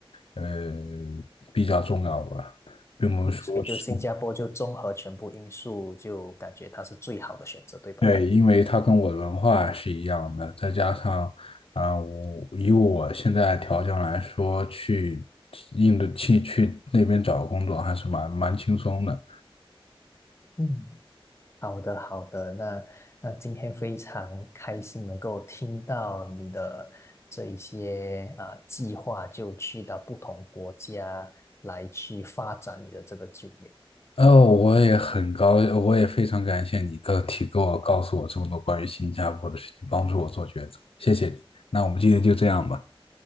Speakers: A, on the left; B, on the left.
A: 呃，比较重要吧，并不是说是，
B: 嗯，所以就新加坡就综合全部因素，就感觉它是最好的选择，对吧？
A: 对，因为它跟我的文化是一样的，再加上啊、我以我现在条件来说，去印度去去那边找个工作还是蛮蛮轻松的，
B: 嗯，好的，好的。那那今天非常开心能够听到你的这一些啊、呃计划，就去到不同国家来去发展你的这个就业。
A: 哦，我也很高，我也非常感谢你告提给我告诉我这么多关于新加坡的事情，帮助我做抉择，谢谢你。那我们今天就这样吧，